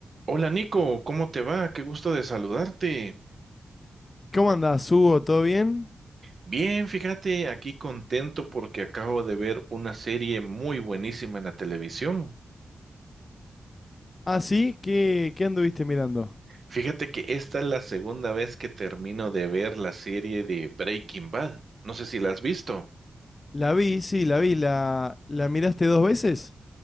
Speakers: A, on the right (about 50°); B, on the left (about 35°).
A: Hola Nico, ¿cómo te va? Qué gusto de saludarte.
B: ¿Cómo andás, Hugo? ¿Todo bien?
A: Bien, fíjate, aquí contento porque acabo de ver una serie muy buenísima en la televisión.
B: Ah, sí, ¿qué, qué anduviste mirando?
A: Fíjate que esta es la segunda vez que termino de ver la serie de Breaking Bad. No sé si la has visto.
B: La vi, sí, la vi. ¿La, la miraste dos veces?